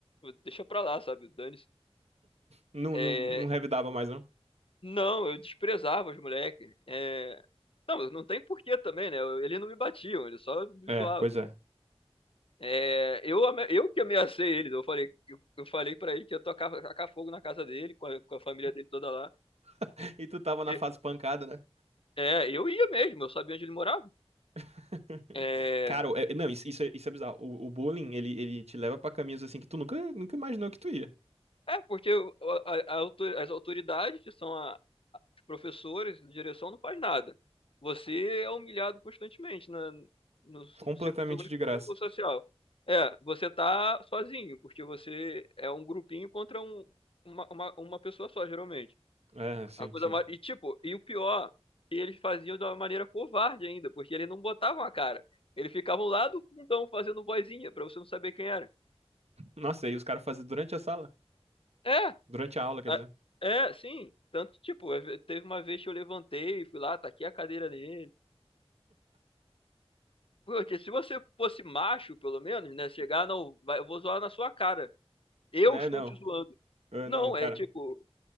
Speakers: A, on the left; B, on the right.
A: deixa pra lá, sabe? Dane-se.
B: Não,
A: É,
B: não, não revidava mais, não.
A: não, eu desprezava os moleques. É, não, não tem porquê também, né? Eles não me batiam, eles só me
B: É,
A: zoavam.
B: pois é.
A: É, eu, ame- eu que ameacei eles, eu falei, eu, eu falei para ele que ia tocar, tacar fogo na casa dele, com a, com a família dele toda lá.
B: <laughs> E tu tava na
A: Eu-
B: fase pancada, né?
A: É, eu ia mesmo, eu sabia onde ele morava.
B: <laughs>
A: É,
B: Cara, é- não, isso, isso é, isso é bizarro. O, o bullying, ele, ele te leva pra caminhos assim que tu nunca, nunca imaginou que tu ia.
A: é porque o- a- a autor- as autoridades, que são a- os professores, a direção, não faz nada. Você é humilhado constantemente na, no, no
B: Completamente
A: círculo, so- no
B: de graça.
A: círculo social. É, você tá sozinho, porque você é um grupinho contra um- uma, uma, uma pessoa só, geralmente.
B: É, sim,
A: A coisa
B: sim.
A: mais, e tipo, e o pior, que eles faziam de uma maneira covarde ainda, porque eles não botavam a cara. Eles ficavam lá do fundão fazendo vozinha, pra você não saber quem era.
B: Nossa, e aí os caras faziam durante a sala?
A: É,
B: Durante a aula, quer
A: a-
B: dizer.
A: é, sim. Tanto, tipo, é- teve uma vez que eu levantei, fui lá, taquei a cadeira nele. Porque se você fosse macho, pelo menos, né? Chegar, não, vai- eu vou zoar na sua cara. Eu
B: Né,
A: estou
B: não.
A: te zoando.
B: Ah,
A: Não,
B: não, cara.
A: é tipo,